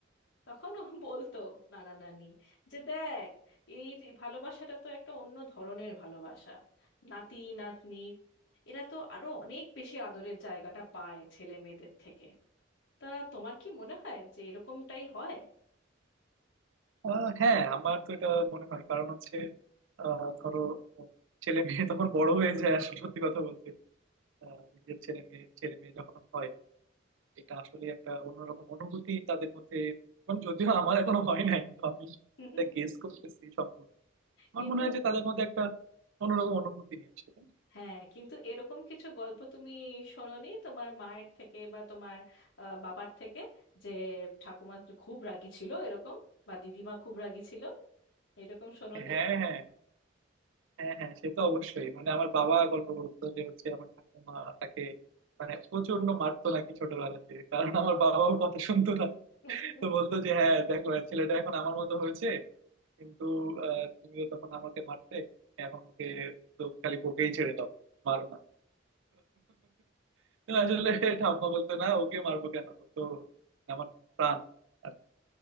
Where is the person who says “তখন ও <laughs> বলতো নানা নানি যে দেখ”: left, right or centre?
Left